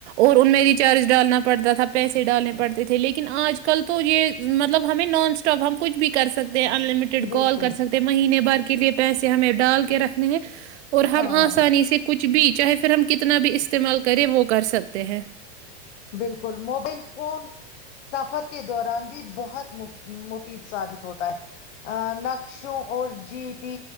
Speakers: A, on the right (about 70°); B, on the left (about 85°).
A: اور ان میں ریچارج ڈالنا پڑتا تھا پیسے ڈالنے پڑتے تھے لیکن آج کل تو یہ مطلب ہمیں نان اسٹاپ ہم کچھ بھی کر سکتے ان لمٹڈ
B: بالکل
A: کال کر سکتے مہینے بھر کے لیے پیسے ہمیں ڈال کے رکھنے ہیں اور ہم
B: ہاں
A: آسانی سے کچھ بیچ چاہے پھر ہم کتنا بھی استعمال کریں وہ کر سکتے ہیں
B: بالکل موبائل فون سفر کے دوران بھی بہت مفید ثابت ہوتا ہے نقشوں اور جی پی